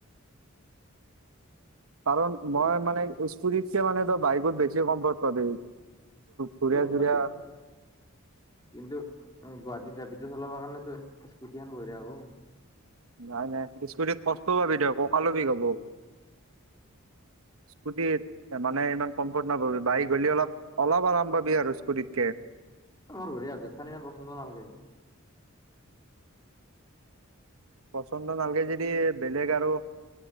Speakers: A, on the right; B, on the left.
A: <unintelligible> কাৰণ মই
B: এই
A: মান স্কুতিতছে মানে ত' বাইকত বেছি কমফৰ্ট পাবি। ঘুৰিয়া
B: গম
A: চুৰিয়া
B: পাইছোঁ। কিন্তু গুৱাহাটীত ৰেপিড'টো চলাবৰ কাৰণেটো স্কুটিখন বঢ়িয়া হ'ব।
A: নাই- নাই, স্কুতিত কষ্ট পাবি তই, ককাললো বিষ হ'ব। স্কুটিত মানে ইমান কমফৰ্ট নাপাবি। বাইক হ'লে অলপ অলপ আৰাম পাবি আৰু স্কুটিতকে।
B: আমাৰ ঘৰে আছে। খালি ইমান পচন্দ নালাগে।
A: পচন্দ নালাগে যদি বেলেগ আৰু